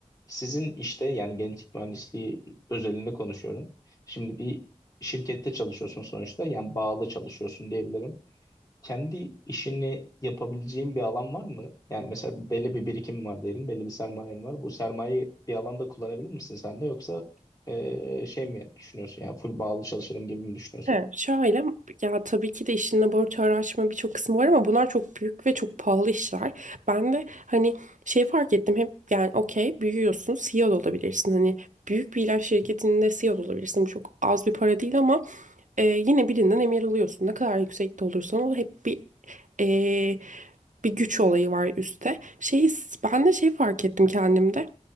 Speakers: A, on the left; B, on the right.
A: sizin işte yani genetik mühendisliği özelinde konuşuyorum. Şimdi bir şirkette çalışıyorsun sonuçta yani bağlı çalışıyorsun diyebilirim. Kendi işini yapabileceğin bir alan var mı? Yani mesela belli bir birikim var diyelim, belli bir sermayen var. Bu sermayeyi bir alanda kullanabilir misin sen de yoksa ee, şey mi düşünüyorsun yani full bağlı çalışırım gibi mi düşünüyorsun?
B: He, şöyle ya tabii ki de işin laboratuvar açma birçok kısmı var ama bunlar çok büyük ve çok pahalı işler. Ben de hani şey fark ettim hep yani okey büyüyorsun CEO da olabilirsin. Hani büyük bir ilaç şirketinde CEO da olabilirsin. Bu çok az bir para değil ama e, yine birinden emir alıyorsun. Ne kadar yüksekte olursan ol hep bir e, bir güç olayı var üstte. Şey, ben de şey fark ettim kendimde.